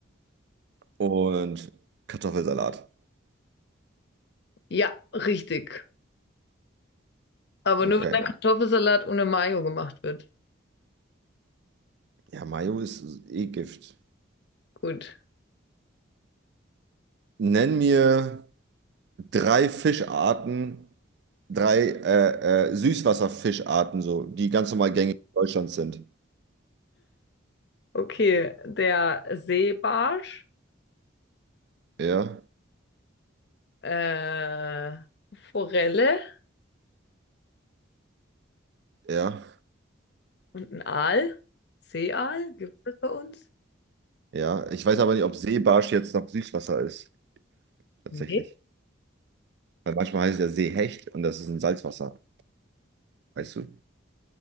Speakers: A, on the right; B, on the left.
A: und Kartoffelsalat.
B: Ja, richtig. Aber
A: Okay.
B: nur wenn ein Kartoffelsalat ohne Mayo gemacht wird.
A: Ja, Mayo ist eh Gift.
B: Gut.
A: Nenn mir drei Fischarten, drei äh, äh, Süßwasserfischarten, so, die ganz normal gängig in Deutschland sind.
B: Okay, der Seebarsch,
A: Ja,
B: äh, Forelle
A: ja,
B: und ein Aal. Seeaal, gibt es bei uns?
A: ja. Ich weiß aber nicht, ob Seebarsch jetzt noch Süßwasser ist, tatsächlich.
B: Nee.
A: Weil manchmal heißt es ja Seehecht und das ist ein Salzwasserhecht, weißt du?